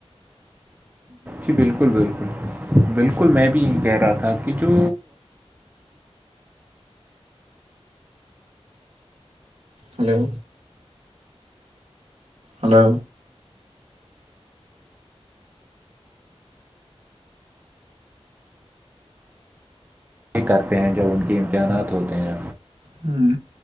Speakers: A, on the right; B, on the right.
A: جی بالکل بالکل بالکل میں بھی یہی کہہ رہا تھا کہ جو
B: ہلو ہلو
A: کرتے ہیں جب ان کے امتحانات ہوتے ہیں
B: ہوں